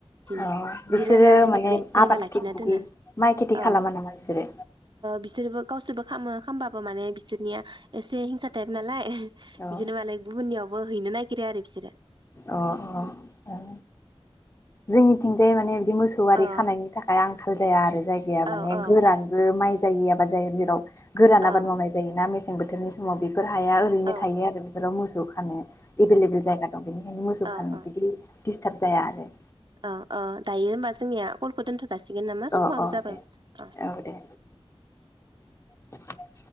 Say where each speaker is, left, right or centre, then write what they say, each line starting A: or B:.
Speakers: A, on the right (about 50°); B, on the left (about 30°).
A: बिदिनो
B: औ बिसोरो
A: बिदि लान्दां
B: माने
A: जायगा
B: आबाद
A: लाखिना
B: बिदि
A: दोना
B: माइ खेथि
A: ओ
B: खालामा नामा बिसोरो
A: बिसोरबो गावसोरबो खामो खामबा बाबो माने बिसोरनिया एसे हिंसा टाइप नालाय।
B: औ
A: बिदिनो माने गुबुुननियावबो है नागिरो आरो बिसोर
B: अह अह अह। जोंनिथिंजाय माने मोसौआरि
A: अ
B: खानायनि थाखाय आं फोजाया आरो जायगाया माने
A: औ औ
B: गोरानबो माइ जाय गैयाबा जायो जेराव गोरान
A: औ
B: आबाद मावनाय जायोना मेसें बोथोर समाव बि फोर हाया ओरैनो
A: औ
B: थायो आरो बेफोराव मोस जौखानो एभेलेबेल जायगा दं बेनिखायनो मोसौ
A: औ
B: खानोनो
A: औ
B: बिदि डिस्टार्ब जाया आरो।
A: औ औ दायो होनबा जों जोंनिया अलखौ दोनथ' जासिगोन नामा समाबो
B: अ अ
A: जाबायमोन
B: दे
A: अ।
B: औ दे <inaudible>